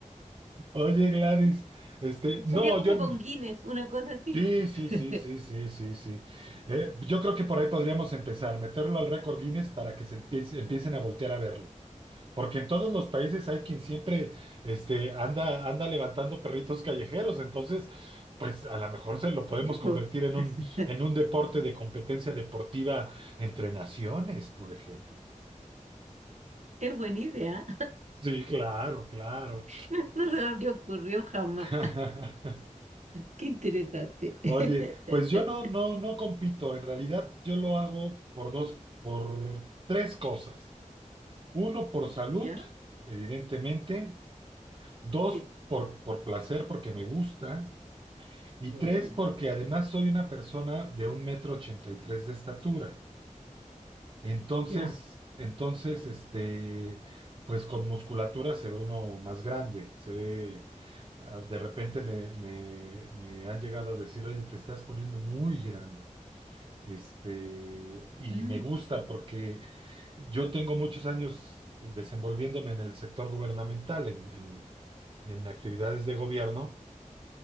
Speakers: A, on the right; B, on the right.
A: Oye, Gladys, este,
B: <laughs>
A: no,
B: Sería como
A: yo
B: para
A: no.
B: un Guinness, una cosa así.
A: Sí, sí,
B: <laughs>
A: sí, sí, sí, sí, sí. Eh, yo creo que por ahí podríamos empezar, meterlo al récord Guinness para que se empiece- empiecen a voltear a verlo. Porque en todos los países hay quien siempre este, anda, anda levantando perritos callejeros, entonces, pues a lo mejor se lo podemos
B: Ujú.
A: convertir en
B: <laughs>
A: un, en un deporte de competencia deportiva entre naciones, por ejemplo.
B: Es buena idea.
A: Sí, claro, claro.
B: <laughs> No, no se me habría ocurrido jamás.
A: <laughs>
B: Qué interesante. <laughs>
A: Oye, pues yo no, no, no compito. En realidad, yo lo hago por dos, por tres cosas. Uno, por salud,
B: ¿Ya?
A: evidentemente. Dos,
B: Sí.
A: por, por placer, porque me gusta. Y
B: Muy
A: tres,
B: bien.
A: porque además soy una persona de un metro ochenta y tres de estatura. Entonces,
B: Ya.
A: entonces, este, pues con musculatura se ve uno más grande. Se ve, ah, de repente me, me, me han llegado a decir, oye, te estás poniendo muy grande. Este, y
B: Ah,
A: me gusta porque yo tengo muchos años desenvolviéndome en el sector gubernamental, en, en en actividades de gobierno.